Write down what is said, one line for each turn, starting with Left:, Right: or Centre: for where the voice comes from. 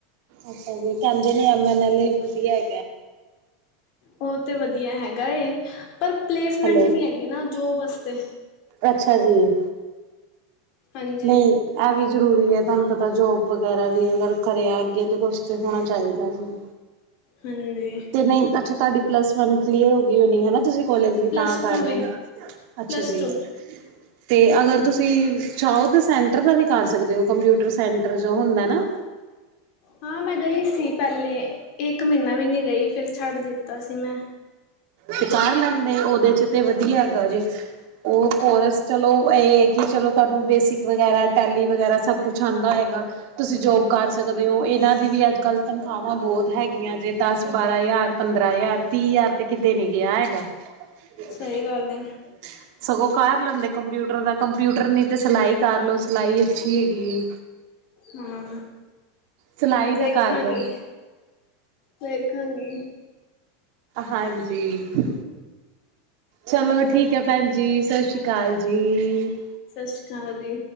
Right: ਅੱਛਾ ਜੀ, ਕਹਿੰਦੇ ਨੇ ਐਮ ਐਨ ਐਲੇ ਏ ਵੀ ਵਧੀਆ ਹੈਗਾ
Left: ਉਹ ਤੇ ਵਦੀਆ ਹੈਗਾ ਏ ਪਰ ਪਲੇਸਮੈਂਟ
Right: ਹੈਲੋ
Left: ਨੀ ਹੈਗੀ ਨਾ ਜੋਬ ਆਸਤੇ
Right: ਅੱਛਾ ਜੀ।
Left: ਹਾਂਜੀ
Right: ਨਹੀਂ। ਇਹ ਵੀ ਜ਼ਰੂਰੀ ਐ ਤੁਹਾਨੂੰ ਪਤਾ ਜੋਬ ਵਗੈਰਾ ਵੀ ਅਗਰ ਕਰਿਆ ਅੱਗੇ ਤੇ ਕੁਛ ਤੇ ਹੋਣਾ ਚਾਹੀਦਾ ਵੀ
Left: ਹਾਂਜੀ
Right: ਤੇ ਨੀਂ ਅੱਛਾ ਤੁਹਾਡੀ ਪਲੱਸ ਵਨ ਕਲੀਅਰ ਹੋ ਗਈ ਹੋਣੀ ਹੈਨਾ ਤੁਸੀਂ ਕੋਲੇਜ ਵੀ
Left: ਪਲੱਸ
Right: ਤਾਂ ਕਰ
Left: ਟੂ ਵੀ
Right: ਰਹੇ ਆ, ਅੱਛਾ
Left: ਪਲੱਸ
Right: ਜੀ
Left: ਟੂ
Right: ਤੇ ਅਗਰ ਤੁਸੀਂ ਚਾਹੋ ਤਾਂ ਸੈਂਟਰ ਦਾ ਵੀ ਕਰ ਸਕਦੇ ਹੋ ਕੰਪਿਊਟਰ ਸੈਂਟਰ ਜੋ ਹੁੰਦਾ ਏ ਨਾ
Left: ਹਾਂ ਮੈਂ ਗਈ ਸੀ ਪਹਿਲੇ ਇੱਕ ਮਹੀਨਾ ਵੀ ਨੀਂ ਗਈ ਫਿਰ ਛੱਡ ਦਿੱਤਾ ਸੀ ਮੈਂ
Right: ਤੇ ਕਰ ਲੈਂਦੇ ਉਹਦੇ ਚ ਤੇ ਵਦੀਆ ਹੈਗਾ ਜੇ ਉਹ ਕੋਰਸ ਚਲੋ ਇਹ ਐ ਕਿ ਚਲੋ ਤੁਹਾਨੂੰ ਬੇਸਿਕ ਵਗੈਰਾ ਟੈਲੀ ਵਗੈਰਾ ਸਭ ਕੁਛ ਕੁੱਛ ਆਂਦਾ ਹੈਗਾ, ਤੁਸੀਂ ਜੋਬ ਕਰ ਸਕਦੇ ਔ ਇਹਨਾਂ ਦੀ ਵੀ ਅੱਜ ਕੱਲ੍ਹ ਤਨਖਾਹਵਾਂ ਬਹੁਤ ਹੈਗੀਆਂ ਤੇ ਦਸ ਬਾਰਾਂ ਹਜ਼ਾਰ ਪੰਦਰਾਂ ਹਜ਼ਾਰ ਤੀਹ ਹਜ਼ਾਰ ਤੇ ਕਿਤੇ ਨੀ ਗਿਆ ਹੈਗਾ <unintelligible>
Left: ਸਹੀ ਗੱਲ ਹੈ
Right: ਸਗੋਂ ਕਰ ਲੈਂਦੇ ਕੰਪਿਊਟਰ ਦਾ ਕੰਪਿਊਟਰ ਨੀ ਤੇ ਸਿਲਾਈ ਕਰ ਲੋ ਸਿਲਾਈ ਅੱਛੀ ਹੈਗੀ ਏ
Left: ਹਾਂ
Right: ਸਿਲਾਈ
Left: ਦੇਖਾਂਗੀ
Right: ਦਾ ਕਰ ਲਓ
Left: ਵੇਖਾਂਗੀ
Right: ਹਾਂਜੀ- ਚਲੋ ਠੀਕ ਹੈ ਪੈਣ ਜੀ ਸਤਿ ਸ਼੍ਰੀ ਅਕਾਲ ਕਾਲ ਜੀ
Left: ਸਸਰੀ ਅਕਾਲ ਜੀ